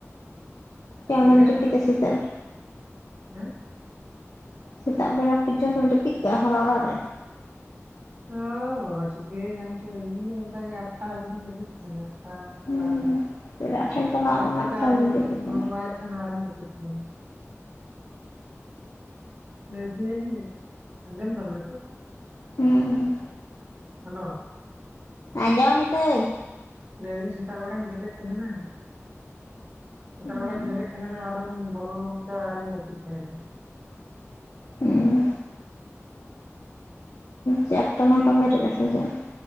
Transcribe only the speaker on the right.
ᱵᱮᱨᱮᱫ
ᱫᱟᱞᱤᱧ
ᱦᱮ
ᱚ ᱵᱟᱵᱟ ᱪᱤᱠᱟᱣ ᱠᱟᱱ ᱪᱚ ᱤᱧ ᱫᱚ ᱚᱝᱠᱟ ᱜᱮ ᱟᱴᱴᱟ ᱦᱟᱵᱤᱡ ᱜᱮᱧ ᱡᱟᱯᱤᱫ ᱛᱟᱦᱮᱱ ᱱᱟ
ᱛᱟᱦᱚᱞᱮ
ᱵᱮᱨᱮᱫ
ᱠᱟᱛᱮᱫ
ᱟᱨᱚ
ᱢᱤᱫᱫᱷᱟᱣ
ᱤᱧ
ᱵᱚᱞᱚᱵᱟᱭᱚᱜ ᱛᱟᱦᱮᱱᱟ ᱟᱨᱤᱧ ᱡᱟᱹᱯᱤᱫ ᱛᱟᱦᱮᱱᱟ ᱞᱟᱹᱭ ᱫᱟᱹᱧ ᱟᱸᱡᱚᱢ ᱫᱟᱢ ᱱᱤᱛᱚᱜ
ᱦᱮᱞᱳ
ᱞᱟᱹᱭᱫᱟᱹᱧ ᱥᱮᱛᱟᱜ ᱵᱮᱲᱟᱧ ᱵᱮᱨᱮᱫ ᱛᱟᱦᱮᱱᱟ ᱥᱮᱛᱟᱜ
ᱵᱮᱲᱟᱧ ᱵᱮᱨᱮᱫ ᱛᱟᱦᱮᱱᱟ ᱟᱨᱚᱧ ᱵᱚᱞᱚᱛᱮ ᱟᱨᱚᱧ ᱡᱟᱹᱯᱤᱫ ᱛᱟᱦᱮᱱᱟ